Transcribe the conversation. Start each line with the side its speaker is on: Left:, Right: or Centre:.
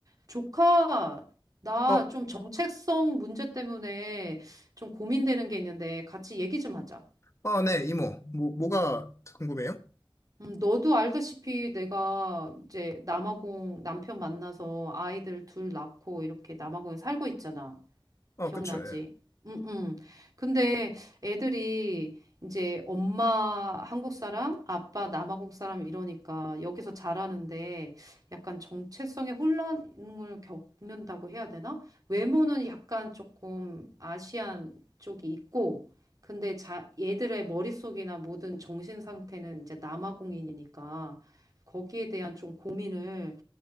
Right: 조카, 나
Left: 어,
Right: 좀 정체성 문제 때문에 좀 고민되는 게 있는데 같이 얘기 좀 하자.
Left: 아, 네, 이모. 뭐, 뭐가 궁금해요?
Right: 음, 너도 알다시피 내가 이제 남아공 남편 만나서 아이들 둘 낳고 이렇게 남아공에 살고 있잖아.
Left: 어,
Right: 기억나지?
Left: 그쵸, 예.
Right: 응, 응. 근데 애들이 이제 엄마 한국 사람, 아빠 남아공 사람 이러니까 여기서 자라는데 약간 정체성의 혼란을 겪는다고 해야 되나? 외모는 약간 조금 아시안 쪽이 있고, 근데 자, 얘들의 머릿속이나 모든 정신 상태는 이제 남아공인이니까 거기에 대한 좀 고민을